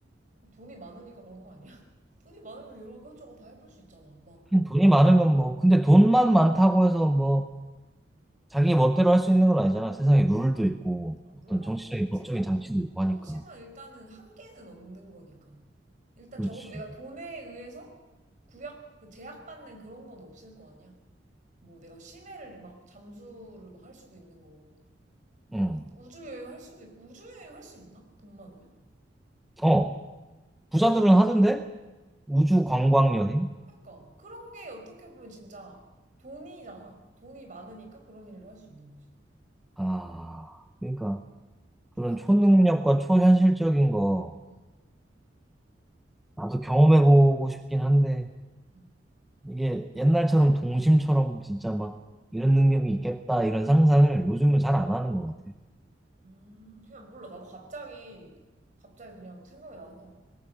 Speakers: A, on the right (about 45°); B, in the centre.
A: 돈이 많으니까 그런 거 아니야? <laughs> 돈이 많으면 이런 것저것 다 해볼 수 있잖아. 막,
B: 돈이 많으면 뭐, 근데 돈만 많다고 해서 뭐, 자기 멋대로 할 수 있는 건 아니잖아. 세상에 룰도 있고,
A: 아, 물론
B: 어떤 정치적인
A: 그렇겠지.
B: 법적인 장치도 있고
A: 그렇지만
B: 하니까.
A: 일단은 한계는 없는 거니까. 일단
B: 그렇지.
A: 적어도 내가 돈에 의해서 구약, 그 제약받는 그런 건 없을 거 아니야. 뭐 내가 심해를 막 잠수를 막 할 수도 있는 거고.
B: 응.
A: 막 우주여행 할 수도 있고. 우주여행 할 수 있나? 돈 많으면?
B: 어, 부자들은 하던데? 우주
A: 아
B: 관광 여행?
A: 그러니까 그런 게 어떻게 보면 진짜 돈이잖아. 돈이 많으니까 그런 일도 할 수 있는 거지.
B: 아, 그러니까.
A: 좋겠다.
B: 그런 초능력과 초현실적인 거
A: 음,
B: 나도 경험해보고 싶긴 한데
A: 음.
B: 이게 옛날처럼 동심처럼 진짜 막 이런 능력이 있겠다 이런 상상을 요즘은 잘 안 하는 것 같아.
A: 음, 그냥 몰라. 나도 갑자기 갑자기 그냥 생각이 나서